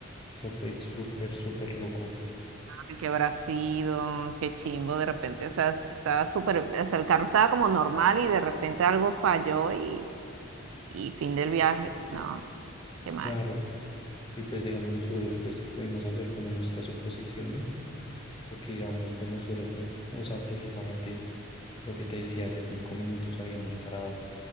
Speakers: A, on the left; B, on the right.
A: Eso fue súper, súper loco.
B: Ay, Qué habrá sido, qué chimbo, de repente, o sea, s- estaba súper, o sea, el carro estaba como normal y de repente algo falló y, y fin del viaje. No, qué mal.
A: Claro, y y, pues digamos nosotros pues pudimos hacer como nuestras suposiciones, porque digamos pues nosotros, pens- o sea, precisamente lo que te decía, hace cinco minutos habíamos parado.